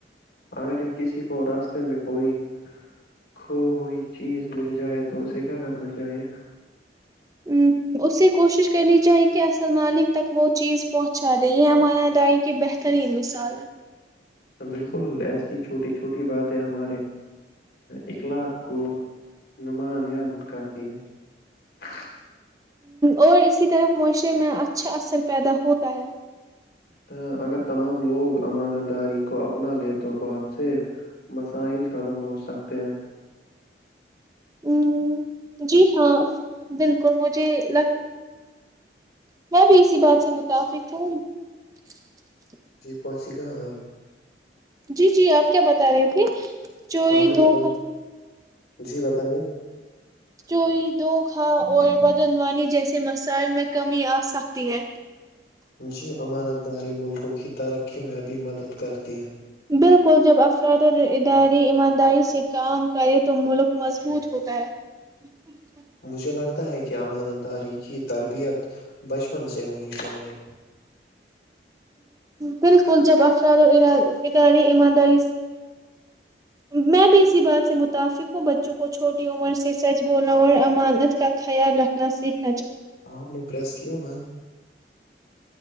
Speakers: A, on the left; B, on the right.
A: اگر کسی کو راستے میں کوئی کھو ہوئی چیز مل جائے تو اسے کیا کرنا چاہیے
B: ہ اسے کوشش کرنی چاہی کہ اصل مالک تک وہ چیز پہنچا دے یہ ہمارا ادائیی کی بہترین مثال ہے
A: بالکل ایسی چھوٹی چھوٹی باتیں ہمارے اخلاق کو نماانان کر دیا <unintelligible>
B: اور اسی طرف معاشرے میں اچھا اثر پیدا ہوتا ہے
A: ہ اگر تمام لوگ امانت داری کو اپنا لے تو بہت سے مسائل ختم ہو سکتے ہیں
B: ہ جی ہاں بالکل <unintelligible> کو مجھے لگ <unintelligible> میں بھی اسی بات سے متفق ہوں <unintelligible>
A: پچ کا <unintelligible>
B: جی جی آپ کیا بتا رہی تھے چوری
A: آپ نے
B: دھوکہ
A: تو
B: <unintelligible>
A: جی بتائیے
B: چوری دو کھاں اور بدنوانی جیسے مسائج میں کمی آسکتی ہے
A: جی امانت داری ملکوں کی ترقی میں بھی مدد کرتی ہے
B: بالکل جب افراد اور ادارے ایمانداری سے کام کرے تو ملک مضبوط ہوتا ہے <unintelligible>
A: مجھے لگتا ہے کہ امان داری کی تربیت بچپن سے ہونی چاہیے
B: بالکل جب افراد اور ادارے ایمانداری میں بھی اسی بات سے متفق ہوں بچوں کو چھوٹی عمر سے سچ بولنا اور امانت کا خیال رکھنا سیکھ
A: آپ نے پریس کیا بند <unintelligible>